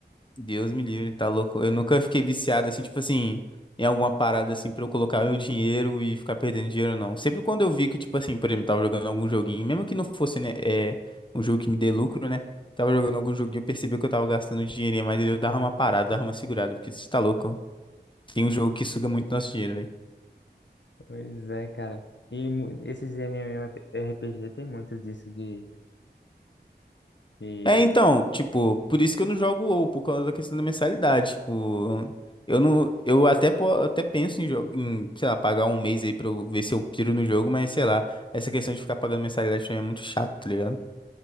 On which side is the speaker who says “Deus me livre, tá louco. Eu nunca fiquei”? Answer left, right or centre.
Left